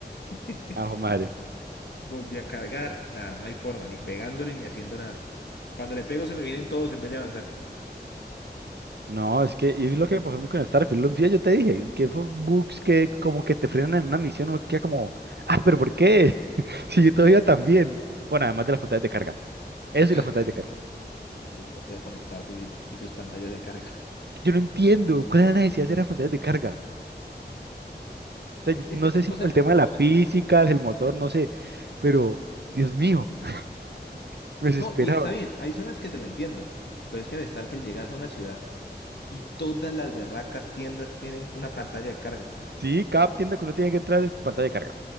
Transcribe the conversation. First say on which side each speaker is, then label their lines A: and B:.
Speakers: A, on the left; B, on the right.
A: <laughs>
B: Ajo madre.
A: Volví a cargar. Nada, no hay forma, ni pegándole ni haciendo nada. Cuando le pego se me vienen todos en vez de avanzar.
B: No, es que y es lo que me pasó a mí con Starfield. Lo yo te dije, que esos bugs que como que te frenan en una misión, uno queda como, ah, pero ¿por qué? <laughs> Si yo todavía también. Bueno, además de las pantallas de carga. Eso
A: <laughs>
B: y las pantallas de carga.
A: Maldita sea con Starfield y, y sus pantallas de carga. <laughs>
B: Yo no entiendo cuál era la necesidad de hacer esas de carga. O sea,
A: Es,
B: yo-
A: es-
B: no
A: es
B: sé si
A: cosa
B: fue
A: del
B: el
A: motor,
B: tema de la
A: supongo
B: física
A: yo.
B: del motor, no sé, pero Dios mío, <laughs> me desesperaba.
A: No, y está bien, hay zonas que te lo entiendo, pero es que en Starfield llegas a una ciudad y todas las berracas tiendas tienen una pantalla de carga.
B: Sí, cada tienda que uno tiene que entrar es pantalla de carga.